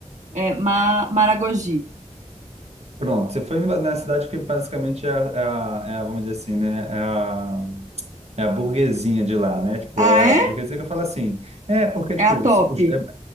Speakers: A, on the right; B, on the right.
A: é, Ma- Maragogi.
B: pronto, você foi numa- na cidade que basicamente é, a, é a- é a, vamos dizer assim, né? É a, é a burguesinha de lá, né? Tipo,
A: Ah,
B: é a burguesia
A: é?
B: que eu falo assim. É, porque,
A: É
B: tipo,
A: a top.
B: so- os- é,